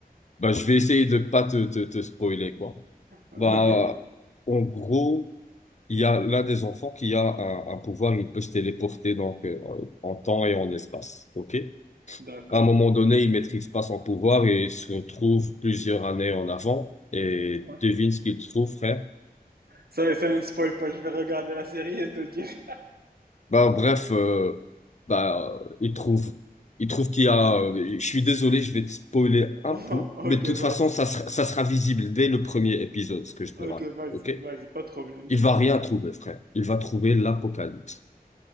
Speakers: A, on the left; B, on the right.
A: Bah, je vais essayer de pas te, te, te spoiler, quoi.
B: Ok,
A: Bah, en gros, il y a l'un des enfants qui a un, un pouvoir, il peut se téléporter donc euh, en temps et en espace. Ok?
B: d'accord.
A: À un moment donné, il maîtrise pas son pouvoir et il se retrouve plusieurs années en avant. Et
B: Ouais.
A: devine ce qu'il trouve, frère.
B: Ça, ça ne spoil pas, je vais regarder la série et te dire. <laughs>
A: Bah, bref, euh, bah, il trouve, il trouve qu'il y a, euh, je suis désolé, je vais te spoiler un
B: Oh,
A: peu,
B: ok,
A: mais de toute façon,
B: vas-y.
A: ça sera, ça sera visible dès le premier épisode, ce que je te
B: Ok,
A: raconte,
B: vas-y,
A: ok?
B: vas-y, pas de problème, dis-moi.
A: Il va rien trouver, frère. Il va trouver l'apocalypse.